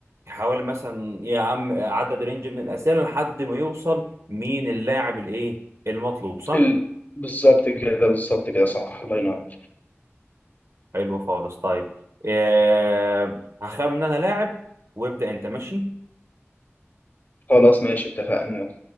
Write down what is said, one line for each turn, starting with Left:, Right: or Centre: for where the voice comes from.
Right: يحاول مثلا يا عم عدد رينج من الأسئلة لحد ما يوصل مين اللاعب الايه المطلوب صح
Left: ال... بالظبط كده بالظبط كده صح الله ينور
Right: حلو خالص طيب آه، هخمن انا لاعب وابدأ انت ماشي
Left: خلاص ماشي اتفقنا يلا